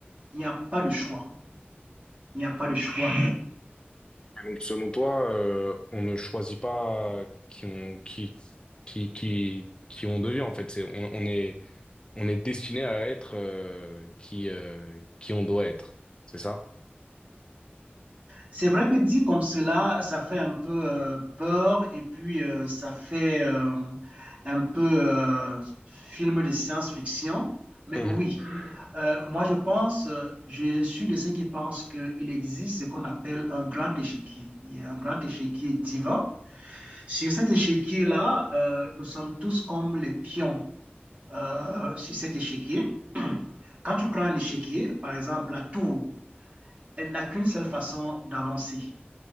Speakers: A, on the right; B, on the left.
A: Il n'y a pas de choix. Il n'y a pas de choix.
B: Donc, selon toi, euh, on ne choisit pas qui on, qui, qui, qui, qui on devient, en fait. C'est, on, on est, on est destiné à être euh, qui, euh, qui on doit être. C'est ça?
A: C'est vrai que dit comme cela, ça fait un peu euh, peur et puis euh, ça fait euh, un peu euh, film de science-fiction. Mais
B: Mhm.
A: oui, euh, moi je pense, euh, je suis de ceux qui pensent qu'il existe ce qu'on appelle un grand échiquier. Il y a un grand échiquier divin. Sur cet échiquier-là, euh, nous sommes tous comme les pions euh, sur cet échiquier. Quand tu prends un échiquier, par exemple la tour, elle n'a qu'une seule façon d'avancer.